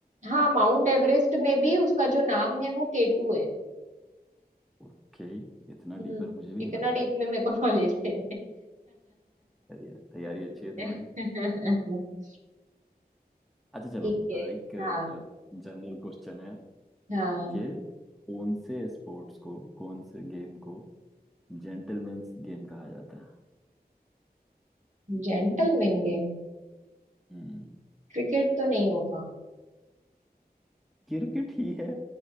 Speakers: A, on the right; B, in the centre.
A: हाँ माउंट एवरेस्ट में भी उसका जो नाम है वो केटू है
B: ओके इतना
A: हम्म
B: डीपर मुझे भी
A: इतना
B: नहीं पता
A: डीप
B: था।
A: में मेरे को नॉलेज है
B: सही है तैयारी अच्छी है तुम्हारी
A: <laughs>
B: अच्छा चलो
A: ठीक है
B: अ, एक
A: हाँ
B: जनरल क्वेश्चन है
A: हाँ
B: कि कौन से स्पोर्ट्स को कौन से गेम को जेंटलमैन्स गेम कहा जाता है
A: Gentleman game
B: हम्म
A: क्रिकेट तो नहीं होगा
B: क्रिकेट ही है